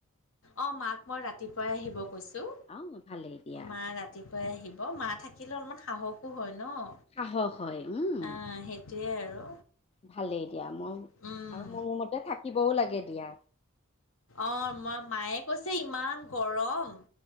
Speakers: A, on the left; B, on the left.
A: অ' মাক মই ৰাতিপুৱাই আহিব কৈছোঁ।
B: অ' ভালেই দিয়া।
A: মা ৰাতিপুৱাই আহিব, মাঁ থাকিলে অলপমান সাহসো হয় ন'।
B: সাহস হয় উম
A: অ' সেইটোৱে আৰু।
B: ভালেই দিয়া মই,
A: উম
B: আৰু মোৰ মতে থাকিবও লাগে দিয়া।
A: অ' ম-মই মায়ে কৈছে ইমান গৰম,